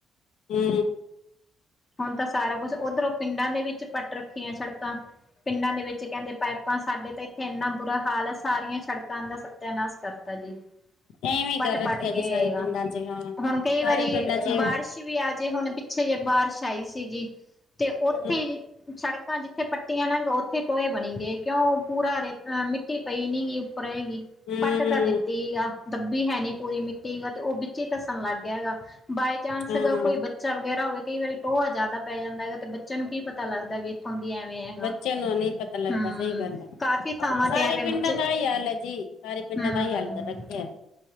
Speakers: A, on the left; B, on the left.
A: ਹੂੰ।
B: ਹੁਣ ਤਾਂ ਸਾਰਾ ਕੁਛ ਓਧਰੋਂ ਪਿੰਡਾਂ ਦੇ ਵਿੱਚ ਪੱਟ ਰੱਖੀਆਂ ਸੜਕਾਂ, ਪਿੰਡਾਂ ਦੇ ਵਿੱਚ ਕਹਿੰਦੇ ਪਾਈਪ ਹਾਂ ਸਾਡੇ ਤਾਂ ਇੱਥੇ ਇੰਨਾ ਬੁਰਾ ਹਾਲ ਹੈ, ਸਾਰੀਆਂ ਸੜਕਾਂ ਦਾ ਸਤਿਆਨਾਸ਼ ਕਰਤਾ ਜੀ।
A: ਐਵੇਂ
B: ਪੱਟ-
A: ਕਰ ਰੱਖਿਆ
B: ਪੱਟ
A: ਜੀ
B: ਕੇਏਗਾ
A: ਸਾਰੇ ਪਿੰਡਾਂ ਚ ਹਾਂ
B: ਹੁਣ ਕਈ
A: ਸਾਰੇ
B: ਵਾਰੀ
A: ਪਿੰਡਾਂ ਚ
B: ਬਾਰਿਸ਼ ਵੀ ਆ ਜੇ ਹੁਣ ਪਿਛੇ ਜਿਹੇ ਬਾਰਿਸ਼ ਆਈ ਸੀ ਜੀ, ਤੇ ਉੱਥੇ
A: ਹਮ
B: ਸੜਕਾਂ ਜਿੱਥੇ ਪੱਟੀਆਂ ਲਗ ਉੱਥੇ ਟੋਏ ਬਣੀ ਗਏ। ਕਿਉਂ ਪੂਰਾ ਰੇ ਮਿੱਟੀ ਪਈ ਨੀ ਗੀ ਉੱਪਰ ਹੈਗੀ।
A: ਹਮ
B: ਪੱਟ ਤਾਂ ਦਿੱਤੀ ਆ, ਦੱਬੀ ਹੈ ਨੀ ਪੂਰੀ ਮਿੱਟੀ, ਗ ਤੇ ਉਹ ਵਿੱਚ ਧੱਸਣ ਲੱਗ ਗਿਆ ਹੈਗਾ। ਬਾਏ ਚਾਂਸ
A: ਹਾਂ
B: ਹੈਗਾ ਕੋਈ ਬੱਚਾ ਵਗੈਰਾ ਹੋਵੇ ਕਈ ਵਾਰੀ ਟੋਆ ਜ਼ਿਆਦਾ ਪੈ ਜਾਂਦਾ ਹੈਗਾ, ਤੇ ਬੱਚਿਆਂ ਨੂੰ ਕੀ ਪਤਾ ਲੱਗਦਾ ਵੀ ਇੱਥੋਂ ਦੀ ਐਵੇਂ ਹੈਗਾ।
A: ਬੱਚਿਆਂ ਨੂੰ ਨਹੀਂ ਪਤਾ ਲੱਗਦਾ
B: ਹਮ
A: ਸਹੀ ਗੱਲ ਹੈ,
B: ਕਾਫ਼ੀ ਥਾਵਾਂ
A: ਸਾਰੇ
B: ਤੇ ਐਵੇਂ
A: ਪਿੰਡਾਂ
B: ਬੱਚੇ
A: ਦਾ ਇਹੀ ਹਾਲ ਹੈ ਜੀ, ਸਾਰੇ ਪਿੰਡਾਂ
B: ਹਮ
A: ਦਾ ਇਹੀ ਹਾਲ ਕਰ ਰੱਖਿਆ।